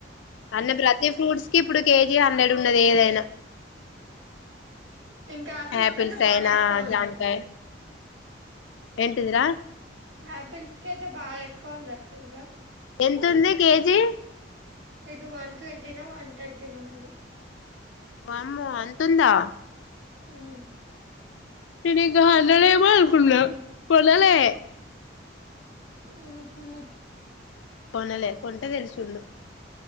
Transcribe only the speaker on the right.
ఇంకా ఆపిల్స్
కి అయితే బాగా
ఎక్కువ ఉంది
ఆపిల్స్ కి అయితే బాగా ఎక్కువ ఉంది అక్క ఇంకా
ఇటు వన్ ట్వంట దినం వన్ థర్ట్ నో ఉంది
మ్మ్
మ్మ్ హ్మ్